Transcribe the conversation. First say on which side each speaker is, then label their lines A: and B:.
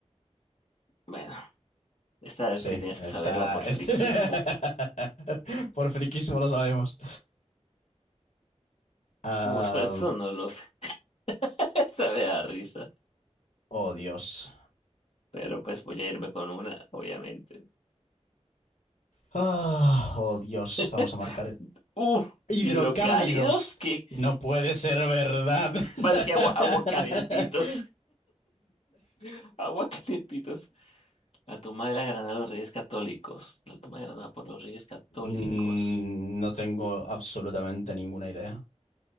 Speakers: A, on the left; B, on the left.
A: Bueno, esta
B: Sí,
A: sí tienes
B: está.
A: que saberla por
B: Este...
A: friquismo.
B: <laughs> Por friquismo lo sabemos. Ah,
A: Uh, esto, esto no lo sé. <laughs> Esta me da risa.
B: oh, Dios.
A: Pero pues voy a irme con una, obviamente.
B: Ah, oh, Dios.
A: <laughs>
B: Vamos a marcar.
A: Uh,
B: Hidrocálidos.
A: hidrocálidos, que,
B: No puede ser verdad.
A: mal que agua, agua
B: <laughs>
A: calentitos. <laughs> Agua calentitos. La toma de la Granada de los Reyes Católicos. La toma de Granada por los Reyes Católicos.
B: Mm, No tengo absolutamente ninguna idea.